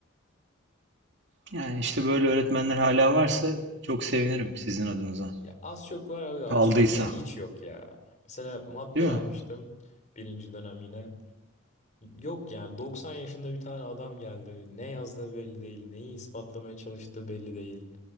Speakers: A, on the right; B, on the left.
A: Yani işte böyle öğretmenler hala varsa çok sevinirim sizin adınıza.
B: Ya az çok var abi az
A: Kaldıysa.
B: çok da hiç yok ya. Mesela mat
A: Değil
B: bir
A: mi?
B: almıştım birinci dönem yine. Yok yani 90 yaşında bir tane adam geldi. Ne yazdığı belli değil, neyi ispatlamaya çalıştığı belli değil.